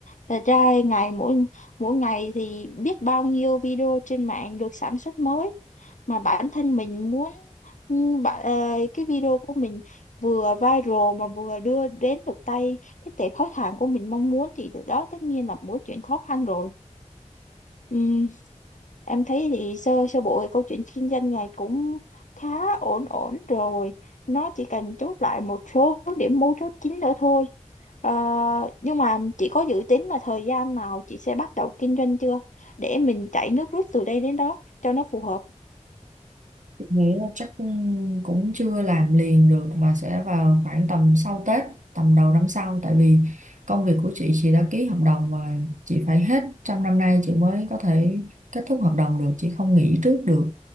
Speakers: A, on the left; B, on the right.
A: thật ra ngày mỗi mỗi ngày thì biết bao nhiêu video trên mạng được sản xuất mới mà bản thân mình muốn ừ, bả- ờ, cái video của mình vừa viral mà vừa đưa đến được tay cái tệp khách hàng của mình mong muốn thì đó tất nhiên là một chuyện khó khăn rồi Ừ, Em thấy thì sơ sơ bộ thì câu chuyện kinh doanh này cũng khá ổn ổn rồi. Nó chỉ cần chốt lại một số điểm mấu chốt chính nữa thôi. Ờ, nhưng mà chị có dự tính là thời gian nào chị sẽ bắt đầu kinh doanh chưa? Để mình chạy nước rút từ đây đến đó cho nó phù hợp.
B: nghĩ là chắc ừ, cũng chưa làm liền được mà sẽ vào khoảng tầm sau Tết tầm đầu năm sau tại vì công việc của chị chị đã ký hợp đồng và chị phải hết trong năm nay chị mới có thể kết thúc hợp đồng được chị không nghỉ trước được